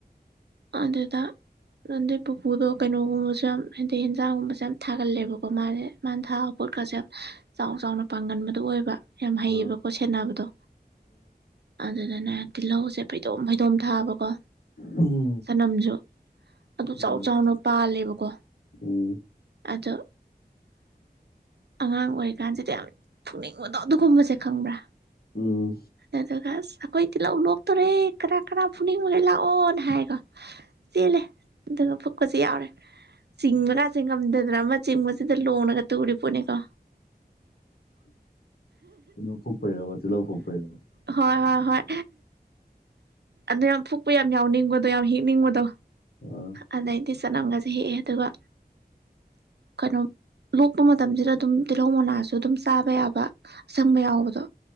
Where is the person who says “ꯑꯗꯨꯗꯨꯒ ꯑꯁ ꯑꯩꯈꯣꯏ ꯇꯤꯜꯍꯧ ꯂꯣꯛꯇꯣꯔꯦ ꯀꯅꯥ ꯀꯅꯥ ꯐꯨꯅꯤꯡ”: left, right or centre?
Right